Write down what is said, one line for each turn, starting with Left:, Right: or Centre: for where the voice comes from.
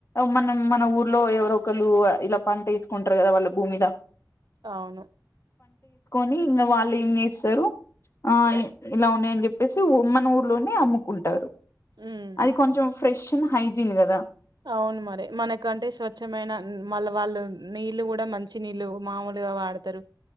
Left: మనం మన ఊర్లో ఎవర ఒకరు ఇలా పంట తీసుకుంటారు కదా మ భూమిద
Right: అవును
Left: కానీ ఇంకా వాళ్ళు ఏం చేస్తారు ఆ ఇలా ఉన్నాయని చెప్పేసి మన ఊర్లోనే అమ్ముకుంటారు
Right: ఉమ్
Left: అది కొంచెం ఫ్రెష్ అండ్ హైజీన్ కదా
Right: అవును మరి మనకంటే స్వచ్ఛమైన మళ్ళ వాళ్ళు నీళ్ళ కూడా మంచి నీళ్ళు మామూలుగా వాడతారు